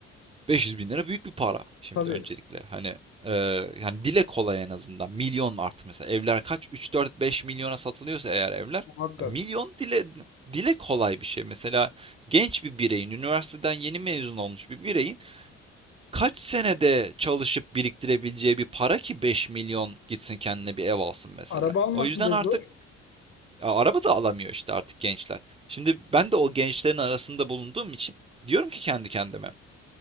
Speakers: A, on the right; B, on the left.
A: 500 bin lira büyük bir para şimdi
B: tabii
A: öncelikle hani e, yani dile kolay en azından milyon artık mesela evler kaç 3 4 5 milyona satılıyorsa eğer evler
B: muhakkak.
A: ya milyon dile dile kolay bir şey mesela genç bir bireyin üniversiteden yeni mezun olmuş bir bireyin kaç senede çalışıp biriktirebileceği bir para ki 5 milyon gitsin kendine bir ev alsın mesela.
B: Araba almak
A: O yüzden
B: bile
A: artık
B: zor.
A: ya araba da alamıyor işte artık gençler. Şimdi ben de o gençlerin arasında bulunduğum için diyorum ki kendi kendime.